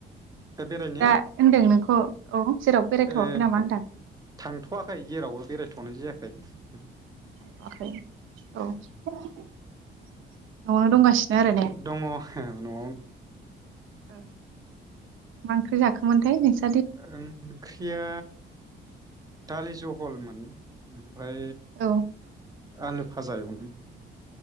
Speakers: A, on the right; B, on the right.
A: बेरायनाया
B: दा होनदों नों ख औ जेरावबो बेरायथ'वाखै
A: ओ
B: नामा होनदां
A: थांथ'वाखै जेरावबो बेरायथ'नाय जायाखै होद‌ हो
B: थांथ'वाखै औ न'आवनो दंगासिनो आरो ने
A: दङ न'आवनो
B: ओ मा ओंख्रि जाखोमोनथाय नोंसो
A: ओंख्रिया दालि जहलमोन ओमफ्राय
B: औ
A: आलु भाजा एवनो